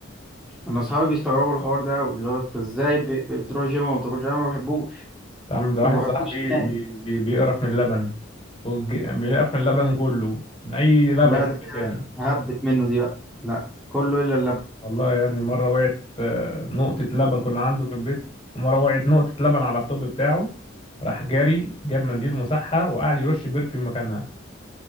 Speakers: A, in the centre; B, on the left.
A: انا اصحابي بيستغربوا الحوار ده قوي اللي هو انت ازاي ب- ب- بتروح جيم وما بتاكلش انا ما بحبوش
B: انت عامل زي واحد
A: ما بحبوش
B: صاحبي
A: نهائي
B: بي بي بيقرف من اللبن والج- بيقرف من اللبن كله من اي لبن
A: لا ده كده
B: في الدنيا
A: هبت منه دي لا لا كله الا اللبن
B: والله يا ابني مرة وقعت آه، نقطة لبن كنا عنده في البيت ومرة وقعت نقطة لبن على اللابتوب بتاعه راح جاري جاب منديل ومسحها وقعد يرش برفيوم مكانها